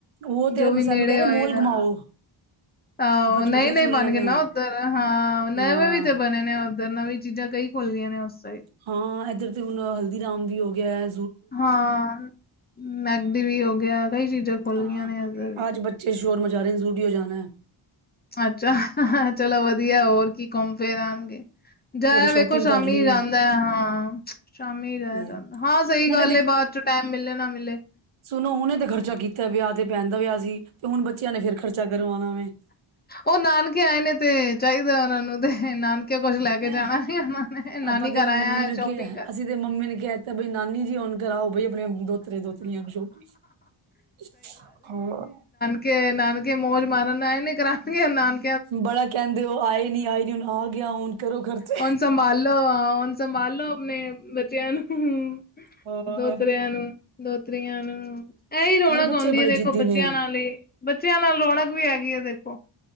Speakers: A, on the right; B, on the left.
A: ਉਹ ਤੇ
B: ਜੋ ਵੀ
A: ਸਾਨੂੰ
B: ਨੇੜੇ
A: ਕਹਿ ਰਹੇ
B: ਹੋਏਗਾ।
A: ਮੋਲ ਘੁਮਾਓ
B: ਆਹੋ
A: ਆਪਾਂ ਝੂਲੇ
B: ਨਏ-ਨਏ
A: ਝੂਲਣੇ
B: ਬਣ
A: ਨੇ
B: ਗਏ ਨਾ ਓਧਰ। ਹਾਂ, ਨਵੇਂ
A: ਹਾਂ
B: ਵੀ ਤੇ ਬਣੇ ਨੇ ਓਧਰ ਨਵੀਂ ਚੀਜ਼ਾਂ ਕਈ ਖੁੱਲ ਗੀਆ ਨੇ ਉਸ ਸਾਈਡ।
A: ਹਾਂ, ਐਧਰ ਤੇ ਹੁਣ ਹਲਦੀਰਾਮ ਵੀ ਹੋ ਗਿਐ।
B: ਹਾਂ, ਮੈਕਡੀ ਵੀ ਹੋ ਗਿਐ ਕਈ ਚੀਜ਼ਾਂ ਖੁੱਲ
A: ਆਂ,
B: ਗਈਆਂ ਨੇ ਇੱਧਰ ਵੀ।
A: ਆਜ ਬੱਚੇ ਸ਼ੋਰ ਮਚਾ ਰੇਣ ਜ਼ੂਡੀਓ ਜਾਨੈ।
B: ਅੱਛਾ, ਚਲੋ ਵਧੀਐ ਹੋਰ ਕੀ ਕੌਮ ਫੇਰ ਆਣਗੇ। ਜਾਇਆ
A: ਸ਼ਾਪਿੰਗ
B: ਵੇਖੋ ਸ਼ਾਮੀ
A: ਕਰ ਲਈਏ
B: ਜਾਂਦੈ ਹਾਂ, ਸ਼ਾਮੀ ਜਾਇਆ
A: ਹੂੰ
B: ਜਾਂਦ ਹਾਂ ਸਹੀ
A: ਹੁਣੇ
B: ਗੱਲ
A: ਤੇ
B: ਏ, ਬਾਦ ਚ ਟੈਮ ਮਿਲੇ ਨਾ ਮਿਲੇ।
A: ਸੁਣੋ ਹੂਨੇ ਤੇ ਖਰਚਾ ਕੀਤਾ ਵਿਆਹ ਤੇ ਪੈਣ ਦਾ ਵਿਆਹ ਸੀ। ਤੇ ਹੁਣ ਬੱਚਿਆਂ ਨੇ ਫੇਰ ਖਰਚਾ ਕਰਵਾਣਾ ਦੇ।
B: ਓ ਨਾਨਕੇ ਆਏ ਨੇ ਤੇ ਚਾਈਦੈ ਓਹਨਾਂ ਨੂੰ ਤੇ ਨਾਨ ਕੇ ਕੋਛ ਲੈ ਕੇ
A: ਮੈਂ
B: ਜਾਣਾ ਨੀ ਓਹਨਾਂ ਨੇ, ਨਾਨੀ
A: ਆਪਾਂ ਤੇ
B: ਘਰ ਆਏ
A: ਮੰਮੀ
B: ਆ
A: ਨੂੰ
B: ਸ਼ੋਪਿੰਗ
A: ਕਿਹਾ
B: ਕਰ
A: ਅਸੀਂ ਤੇ ਮੰਮੀ ਨੇ ਕੈ ਤੈ ਬਈ ਨਾਨੀ ਜੀ ਹੋਨ ਕਰਾਓ ਬਈ ਅਪਣੇ ਦੋਤਰੇ-ਦੋਤਰੀਆਂ ਨੂੰ ਸ਼ੋਪਿੰਗ। ਹੋਰ
B: ਕੇ ਨਾਨਕੇ ਮੌਜ ਮਾਰਨ ਆਏ ਨੇ ਕਰਾਣਗੇ ਹੋਣ ਨਾਨਕੇ
A: ਬੜਾ ਕੈੰਦੇ ਓ ਆਏ ਨੀ ਆਏ ਨੀ ਹੁਣ ਆ ਗਿਆ ਹੁਣ ਕਰੋ ਖਰਚਾ।
B: ਹੋਣ ਸੰਭਾਲੋ, ਹੋਣ ਸੰਭਾਲੋ ਅਪਣੇ ਬੱਚਿਆਂ ਨੂੰ।
A: ਹੋਰ
B: ਦੋਹਤਰੇਆਂ ਨੂੰ ਦੋਹਤਰੀਆਂ ਨੂੰ, ਐਹੀ ਰੌਣਕ
A: ਅਰੇ ਬੱਚੇ
B: ਹੋੰਦੀ
A: ਬੜੇ
B: ਏ, ਦੇਖੋ
A: ਜਿੱਦੀ
B: ਬੱਚਿਆਂ
A: ਨੇ
B: ਨਾਲ ਈ। ਬੱਚਿਆਂ ਨਾਲ ਰੌਣਕ ਵੀ ਹੈਗੀ ਏ ਦੇਖੋ।